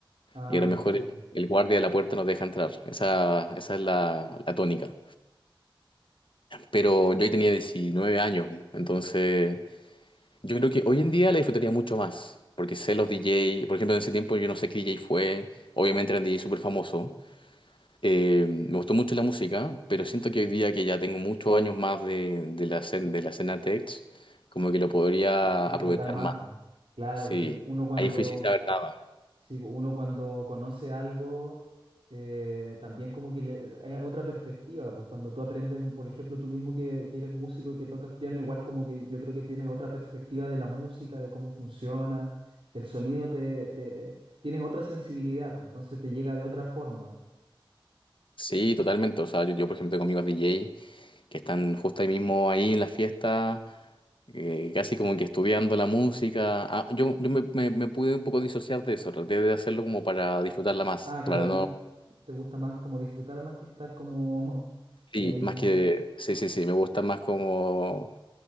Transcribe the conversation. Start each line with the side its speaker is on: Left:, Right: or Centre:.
Right: Ah,
Left: y a lo
Right: ya,
Left: mejor
Right: sí,
Left: el,
Right: po.
Left: el guardia de la puerta nos deja entrar. Esa, esa es la, la tónica. Pero yo ahí tenía 19 años, entonces yo creo que hoy en día la disfrutaría mucho más, porque sé los DJ, por ejemplo, en ese tiempo yo no sé qué DJ fue, obviamente eran DJ súper famosos, Eh, me gustó mucho la música, pero siento que hoy día que ya tengo muchos años más de, de la, escen- de la escena tech, como que lo podría
Right: Disfrutar
Left: aprovechar
Right: más,
Left: más.
Right: po. Claro,
Left: Sí,
Right: porque uno cuando
Left: ahí fui sin saber nada.
Right: Sí, po, uno cuando conoce algo, eh, también como que le, es otra perspectiva, pues cuando tú aprendes, por ejemplo, tú mismo que, que eres músico y que tocas piano, igual como que yo creo que tienes otra perspectiva de la música, de cómo funciona, del sonido, te, te- tienes otra sensibilidad, pues entonces te llega de otra forma.
Left: Sí, totalmente. O sea, yo, yo, por ejemplo tengo amigos DJ que están justo ahí mismo ahí en la fiesta, eh, casi como que estudiando la música. Ah, yo yo me, me- me pude un poco disociar de eso, traté de hacerlo como para disfrutarla más,
Right: Ah, claro,
Left: para
Right: a
Left: no...
Right: ti te gusta más como disfrutar más que estar como <laughs> ahí,
Left: Sí, más que... Sí, sí, sí, me gusta más como...